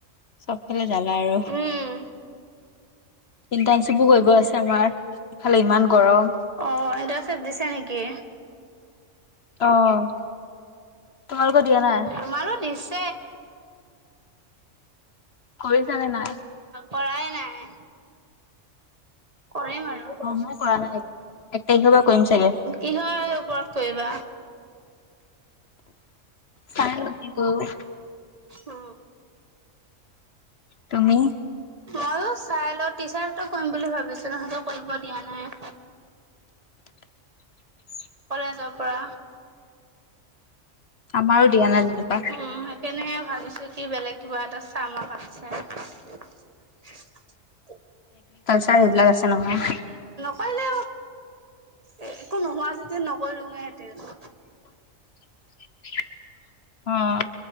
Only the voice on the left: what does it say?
চব ফালে জালে আৰু
ইণ্টাৰ্শ্বিপো কৰিব আছে আমাৰ ফালে ইমান গৰম
অ তোমালোকৰ দিয়া নাই
কৰিছানে নাই
মই কৰা নাই এক তাৰিখৰ পৰা কৰিম চাগে
চাই ল কি কৰোঁ <unintelligible>
তুমি
<inaudible>
আমাৰ দিয়া নাই যেনিবা
চাৰবিলাক আছে নহয়।
<inaudible> উম